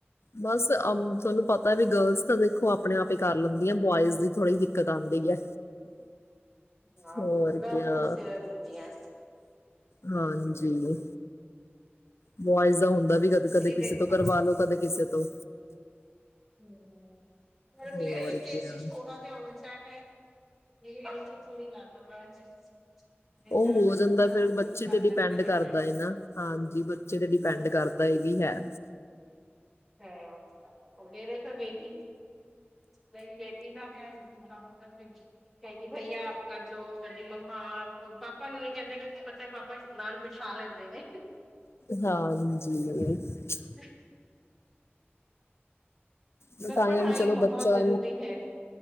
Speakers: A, on the left (about 85°); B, in the centre.
A: ਬਸ ਅ ਤੁਆਨੁ ਪਤਾ ਵੀ ਗਰਲਸ ਤਾਂ ਦੇਖੋ ਆਪਣੇ ਆਪ ਈ ਕਰ ਲੈਂਦੀਆ ਬੋਆਇਜ ਦੀ ਥੋੜ੍ਹੀ ਦਿਕ ਦਿੱਕਤ ਆਂਦੀ ਐ।
B: ਹਾਂ
A: ਹੋਰ
B: ਬਹੁਤ
A: ਕਿਆ
B: ਸਿਨਸੀਅਰ ਹੁੰਦੀਆਂ।
A: ਹਾਂਜੀ।
B: ਹੂੰ
A: ਬੂਆਇਜ਼ ਦਾ ਹੁੰਦਾ ਵੀ ਕਦ
B: ਮੇਰੀ
A: ਕਦੇ ਕਿਸੇ
B: ਬੇਟੀ
A: ਤੋਂ
B: ਪਰ
A: ਕਰਵਾ ਲੋ ਕਦੇ ਕਿਸੇ ਤੋਂ
B: ਹੁੰ ਹੁੰ <unintelligible> ਪਰ
A: ਹੋਰ
B: ਏ ਕੇਸਿਸ
A: ਕਿਆ
B: ਥੋੜਾ ਜਿਆ ਉਲਟਾ ਹੈ ਮੇਰੀ ਗਲਤੀ ਥੋੜੀ ਲਾਪਰਵਾ ਹੈ ਬੇਟਾ
A: ਓ ਹੋ
B: ਤਾਂ
A: ਜਾਂਦਾ
B: ਮੇਰਾ
A: ਫੇਰ ਬੱਚੇ
B: ਖੁਦ ਕਰ
A: ਤੇ ਡਿਪੈਂਡ
B: ਲੈਂਦਾ ਹੈ।
A: ਕਰਦਾ ਏ ਨਾ ਹਾਂਜੀ ਬੱਚੇ ਤੇ ਡਿਪੈਂਡ
B: ਹਾਂ।
A: ਕਰਦ ਤਾ ਏ ਵੀ ਹੈ।
B: ਹੈ ਮੇਰੇ ਤਾਂ ਬੇਟੀ ਮੇਰੀ ਬੇਟੀ ਤਾਂ ਹੈ <unintelligible> ਕਏਗੀ ਭਇਆ ਆਪ ਕਰਦੋ ਕਏਗੀ ਮੰਮਾ ਆਪ ਪਾਪ ਪਾਪਾ ਨੂੰ ਨੀ ਕੈਂਦੇ ਕਿਓਂਕਿ ਪਤਾ ਏ ਪਾਪਾ ਨਾਲ ਵਿਛਾ ਲੈਂਦੇ ਨੇ।
A: ਹਾਜੀ <unintelligible>
B: ਹ
A: ਮੈਂ
B: ਪਰ
A: ਤਾਂ
B: ਪੜ੍ਹਾਈ
A: ਆ ਵੀ ਚਲੋ
B: ਬਹੁਤ
A: ਬੱਚਾ
B: ਜ਼ਰੂਰੀ ਹੈ।